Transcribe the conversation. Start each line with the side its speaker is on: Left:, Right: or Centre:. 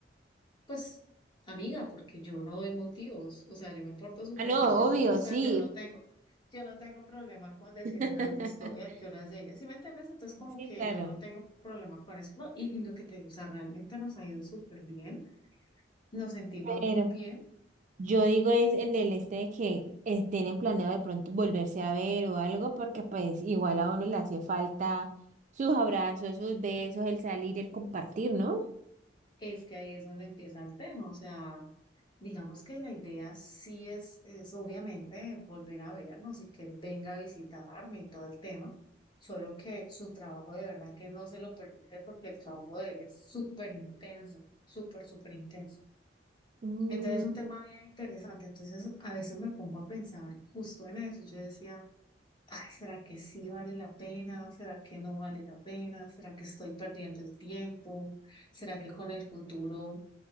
Left: Pues, amiga, porque yo no doy motivos, o sea, yo me porto súper
Right: Ah, no,
Left: juiciosa,
Right: obvio, sí.
Left: yo no tengo, yo no tengo problema con decirle
Right: <laughs>
Left: dónde estoy, a qué hora llegué, ¿sí me entiendes? Entonces, como
Right: Sí,
Left: que
Right: claro.
Left: yo no tengo problema con eso, no, y, y lo que te digo, o sea, realmente nos ha ido súper bien, nos sentimos
Right: Pero
Left: muy bien.
Right: yo digo es en el este de que eh, tienen planeado de pronto volverse a ver o algo, porque pues igual a uno le hace falta sus abrazos, sus besos, el salir, el compartir, ¿no?
Left: Es que ahí es donde empieza el tema, o sea, digamos que la idea sí es, es obviamente volver a vernos y que él venga a visitarme y todo el tema, solo que su trabajo de verdad que no se lo permite porque el trabajo de él es súper intenso, súper, súper intenso.
Right: Mm,
Left: Entonces es un tema bien interesante, entonces a veces me pongo a pensar justo en eso, yo decía, ay, ¿será que sí vale la pena? ¿Será que no vale la pena? ¿Será que estoy perdiendo el tiempo? ¿Será que con el futuro